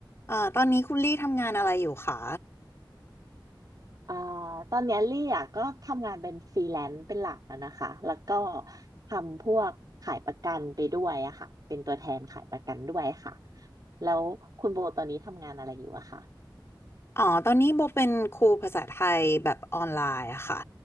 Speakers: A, on the left (about 30°); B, on the right (about 50°).
A: เอ่อตอนนี้คุณลี่ทำงานอะไรอยู่คะ
B: เอ่อตอนเนี้ยลี่อ่ะก็ทำงานเป็นฟรีแลนซ์เป็นหลักอะนะคะแล้วก็ทำพวกขายประกันไปด้วยอะค่ะเป็นตัวแทนขายประกันด้วยค่ะแล้วคุณโบตอนนี้ทำงานอะไรอยู่อะคะ
A: อ๋อ ตอนนี้โบเป็นครูภาษาไทยแบบออนไลน์อะค่ะ